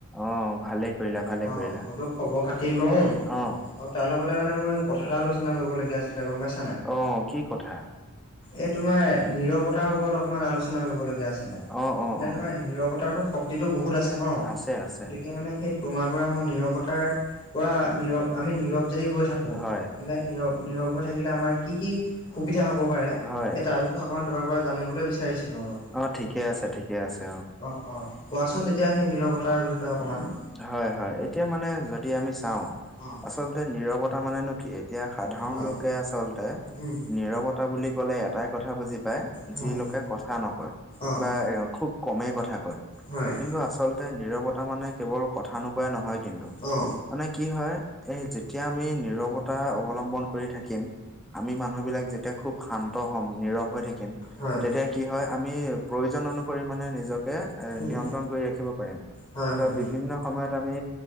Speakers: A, in the centre; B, on the left.
A: অ ভালে কৰিলা ভালে
B: অ
A: কৰিলা
B: গলোক খবৰ খাতি লওঁ
A: অ
B: আৰু তাৰ লগতে মানে মই কথা এটা আলোচনা কৰিব লগীয়া আছিলে গম পাইছ-
A: অ কি কথা?
B: এই তোমাৰ নিৰৱতাৰ ওপৰত অকমান আলোচনা কৰিবলগীয়া আছিলে
A: অ অ
B: মানে
A: অ
B: তোমাৰ নিৰৱতাৰটো শক্তিটো বহুত আছে ন
A: আছে আছে
B: গতিকে মানে সেই তোমাৰ পৰা মই নিৰৱতাৰ পৰা নীৰৱ আমি নীৰৱ যদি হৈ থাকোঁ
A: হয়
B: মানে নীৰৱ নীৰৱ হৈ থাকিলে আমাৰ কি কি সুবিধা হব পাৰে
A: হয়
B: সেই তাৰ বিষ- অকণমান তোমাৰ পৰা জানিবলৈ বিচাৰিছিলো আৰু।
A: অ ঠিকে আছে ঠিকে আছে
B: অ অ কোৱাচোন তেতিয়া সেই নিৰৱতাৰ বিষয়ে অকমান।
A: হয় হয় এতিয়া মানে যদি আমি চাওঁ
B: অ
A: আচলতে নিৰৱতা মানে নো কি এতিয়া সাধাৰণ
B: হয়
A: লোকে আচলতে
B: উম
A: নীৰৱতা বুলি কলে এটাই কথা বুজি পায়,
B: হয়
A: যি লোকে কথা নকয়।
B: অ
A: বা এ খুব কমেই কথা কয়,
B: হয়
A: কিন্তু আচলতে নীৰৱতা মানে কেৱল কথা নোকোৱাই নহয় কিন্তু।
B: অ
A: মানে কি হয় এই যেতিয়া আমি নিৰৱত- তা অৱলম্বন কৰি থাকিম আমি মানুহবিলাক যেতিয়া খুব শান্ত হ'ম নীৰৱ হৈ থাকিম
B: হয় হয়
A: তেতিয়া কি হয় আমি প্ৰয়োজন অনুসৰি মানে নিজকে এ
B: উম
A: নিয়ন্ত্ৰণ কৰি ৰাখিব পাৰিম।
B: হয়
A: ধৰক
B: হয়
A: বিভিন্ন সময়ত আমি